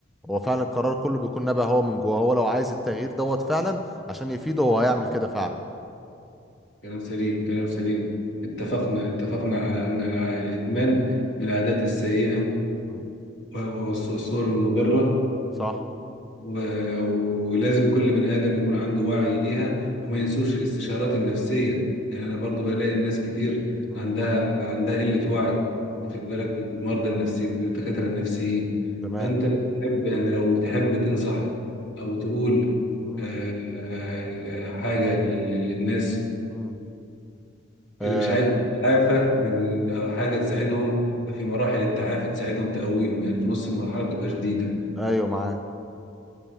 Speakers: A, in the centre; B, on the left (about 65°).
A: هو فعلا القرار كله بيكون نابع هو من جوه هو لو عايز التغيير دوت فعلا عشان يفيده هو هيعمل كده فعلا
B: كلام سليم كلام سليم اتفقنا اتفقنا على أن الع- الإدمان من العادات السيئة
A: مم.
B: والصور المضرة
A: صح
B: و- و- ولازم كل بني آدم يكون عنده وعي بيها وما
A: مم.
B: ينسوش الاستشارات النفسية يعني أنا برضو بلاقي الناس كتير
A: مم.
B: عندها عندها قلة وعي
A: مم.
B: واخد بالك بالمرضى النفسي بالدكاترة النفسيين
A: تمام
B: فأنت تحب يعني لو تحب تنصح أو تقول
A: مم.
B: آه، آه، آه، حاجة لل- لل- للناس
A: مم. آه،
B: اللي مش عايز يتعافى من من- أو حاجة تساعدهم
A: مم.
B: في مراحل التعافي تساعدهم تقويهم يعني في نص المرحلة بتبقى شديدة
A: ايوه معاك